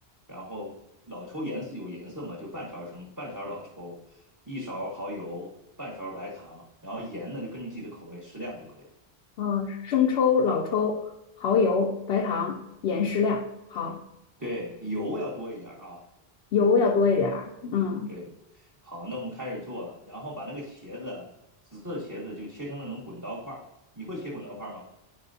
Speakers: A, on the right; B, on the left.
A: 然后老抽颜色有颜色嘛，就半勺生半勺老抽，一勺蚝油，半勺白糖，然后盐呢就根据自己的口味适量就可以。
B: 嗯、生抽、老抽、蚝油、白糖、盐适量。好，
A: 对，油要多一点儿啊。
B: 油要多一点儿。嗯。
A: 对，好，那我们开始做了，然后把那个茄子啊紫色茄子就切成那种滚刀块儿。你会切滚刀块儿吗？